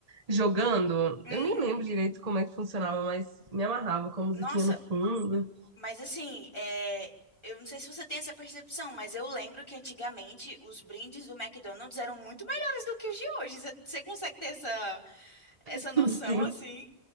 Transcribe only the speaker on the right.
jogando.
Eu nem lembro direito como é que funcionava, mas me amarrava com a musiquinha
no fundo.
<laughs>
Sim.